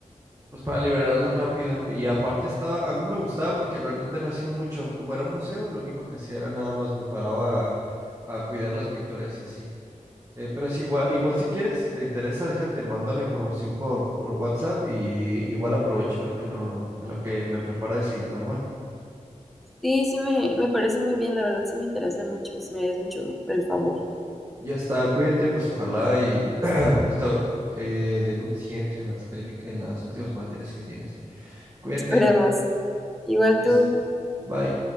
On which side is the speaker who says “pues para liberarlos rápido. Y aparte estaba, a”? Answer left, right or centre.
Right